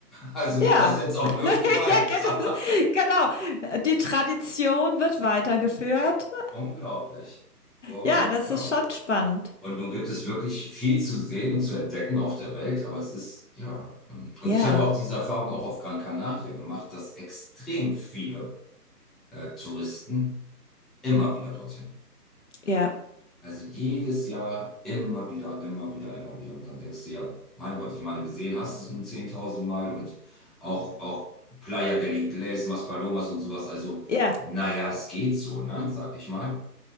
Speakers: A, in the centre; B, on the left.
A: Also geht
B: ja,
A: das jetzt
B: <laughs>
A: auch irgendwie weiter.
B: ja, genau. Die Tradition wird weitergeführt.
A: <laughs> Unglaublich. Unglaublich.
B: Ja, das ist schon spannend.
A: Und nun gibt es wirklich viel zu sehen und zu entdecken auf der Welt, aber es ist, ja. Und
B: Ja,
A: ich habe auch diese Erfahrung auch auf Gran Canaria gemacht, dass extrem viele äh, Touristen immer wieder dorthin.
B: ja,
A: Also jedes Jahr immer wieder, immer wieder, immer wieder. Und dann denkst du ja, mein Gott, ich meine, gesehen hast du es nun 10.000 Mal und auch, auch Playa del Inglés, Maspalomas und sowas. Also,
B: ja.
A: naja, es geht so, ne, sag ich mal.